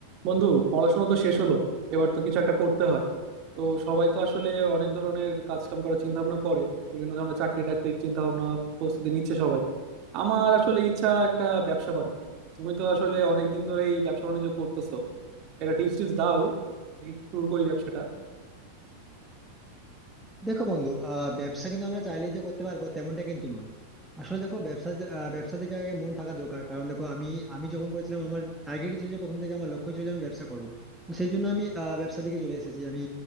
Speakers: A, on the right (about 40°); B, in the centre.
A: বন্ধু পড়াশোনা তো শেষ হলো এবার তো কিছু একটা করতে হয় তো সবাই তো আসলে অনেক ধরনের কাজ কাম করার চিন্তা ভাবনা করে বিভিন্ন ধরনের চাকরি টাকরির চিন্তা ভাবনা প্রস্তুতি নিচ্ছে সবাই আমার আসলে ইচ্ছা একটা ব্যবসা করা তুমি তো আসলে অনেক দিন ধরে এই ব্যবসা বাণিজ্য করতেছো একটা টিপস টিপস দাও দেখি শুরু করি ব্যবসাটা
B: দেখো বন্ধু আহ ব্যবসা কিন্তু আমরা চাইলেই যে করতে পারবো তেমনটা কিন্তু নয় আসলে দেখো ব্যবসা যে- আহ, ব্যবসার দিকে আগে মন থাকা দরকার কারণ দেখো আমি আমি যখন করেছিলাম আমার টার্গেটই ছিল যে প্রথম থেকে আমার লক্ষ্য ছিল যে আমি ব্যবসা করবো তো সেই জন্য আমি আহ, ব্যবসার দিকে চলে এসেছি আমি